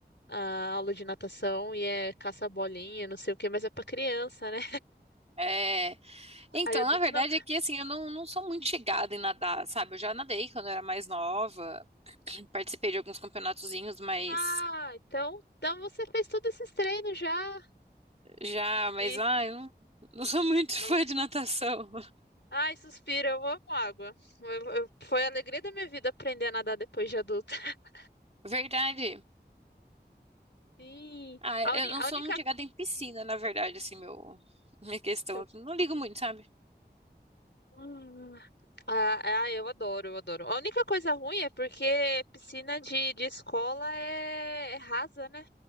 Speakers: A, on the left; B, on the right.
A: a, a aula de natação e é caça-bolinha, não sei o quê, mas é pra criança, né?
B: É,
A: <laughs>
B: então,
A: Aí adulto
B: na verdade,
A: não.
B: é que assim, eu não, não sou muito chegada em nadar, sabe? Eu já nadei quando eu era mais nova, participei de alguns campeonatozinhos, mas
A: Ah, então, então você fez todos esses treinos já.
B: já, mas
A: E
B: ah, eu não, não sou muito <laughs>
A: não.
B: fã de natação.
A: Ai, suspiro, eu amo água. Eu- eu- foi a alegria da minha vida aprender a nadar depois de adulta. <laughs>
B: Verdade.
A: Sim,
B: Ah,
A: a,
B: eu
A: uni,
B: não
A: a
B: sou
A: única.
B: muito chegada em piscina, na verdade, assim, meu, minha questão.
A: Seu...
B: assim, Não ligo muito, sabe?
A: Hum. Ah, é, ah, eu adoro, eu adoro. A única coisa ruim é porque piscina de, de escola é é rasa, né?